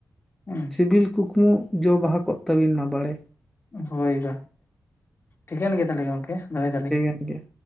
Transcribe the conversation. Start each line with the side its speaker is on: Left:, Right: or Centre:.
Left: ᱦᱩᱸ,
Centre: ᱥᱤᱵᱤᱞ ᱠᱩᱠᱢᱩ ᱡᱚ ᱵᱟᱦᱟ ᱠᱚᱜ ᱛᱟᱹᱵᱤᱱ ᱢᱟ ᱵᱟᱲᱮ,
Left: ᱦᱳᱭ ᱜᱟ ᱴᱷᱤᱠᱟᱹᱱ ᱜᱮᱭᱟ ᱛᱟᱦᱚᱞᱮ ᱜᱚᱝᱠᱮ, ᱫᱚᱦᱚᱭ ᱫᱟᱞᱤᱧ
Centre: ᱴᱷᱤᱠᱟᱹᱱ ᱜᱮᱭᱟ᱾